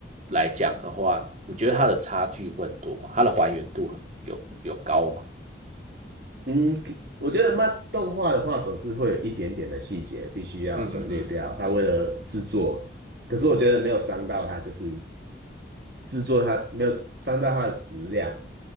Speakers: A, on the right; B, on the right.
A: 来讲的话，你觉得它的差距会很多吗？它的还原度很有有高吗？
B: 嗯，我觉得漫动画的话，总是会有一点点的细节必须要省略掉。
A: 嗯嗯嗯。
B: 他为了制作，可是我觉得没有伤到他，就是制作他没有伤到他的质量。